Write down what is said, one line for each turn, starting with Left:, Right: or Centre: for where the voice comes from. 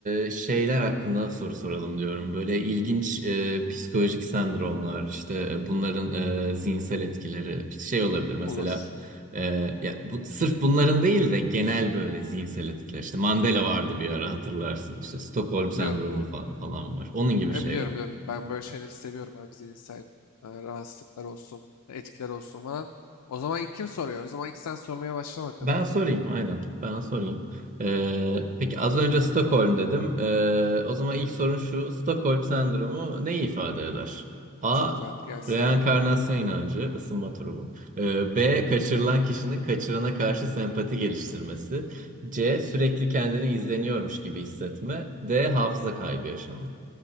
Right: e, şeyler hakkında soru soralım diyorum. Böyle ilginç e, psikolojik sendromlar, işte e, bunların e, zihinsel etkileri, işte şey olabilir mesela.
Left: Olur.
Right: e, ya bu sırf bunların değil de genel böyle zihinsel etkiler. İşte Mandela vardı bir ara hatırlarsın. İşte Stockholm sendromu
Left: Biliyorum biliyorum.
Right: fa- falan var. Onun gibi
Left: Ben
Right: şeyler.
Left: biliyorum biliyorum. Ben böyle şeyleri seviyorum abi zihinsel e, rahatsızlıklar olsun, etkiler olsun falan. O zaman ilk kim soruyor? O zaman ilk sen sormaya başla bakalım.
Right: Ben sorayım, aynen. Ben sorayım. Ee, peki az önce Stockholm dedim. Ee, o zaman ilk sorun şu. Stockholm sendromu neyi ifade eder? A.
Left: Çok rahat gelsin.
Right: Reenkarnasyon inancı, ısınma turu bu. Ee, B. Kaçırılan kişinin kaçırana karşı sempati geliştirmesi. C. Sürekli kendini izleniyormuş gibi hissetme. D. Hafıza kaybı yaşama.